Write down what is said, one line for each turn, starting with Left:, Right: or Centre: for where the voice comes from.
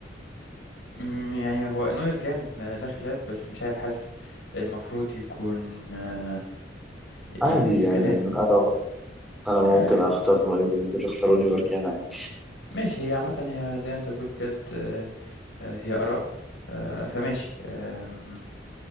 Left: أمم، يعني هو نوير جامد ما لا خلاف بس مش عارف حاسس المفروض يكون آه،
Centre: عادي
Left: يكون في
Centre: يعني
Left: كلام
Centre: انا انا ممكن
Left: آه،
Centre: اختار نوير وانت تختار اوليفر كان عادي
Left: ماشي هي عامة هي زي ما انت بتقول بجد آه، آه، هي آراء آه، فماشي آم،